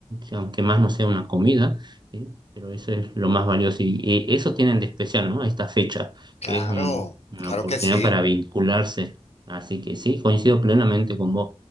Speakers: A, on the right (about 40°); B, on the left (about 65°).
A: aunque más no sea una comida. ¿sí? pero eso es lo más valioso y eh, eso tienen de especial, ¿no? Esta fecha,
B: Claro,
A: que es un- una
B: claro
A: oportunidad
B: que sí.
A: para vincularse. Así que sí, coincido plenamente con vos.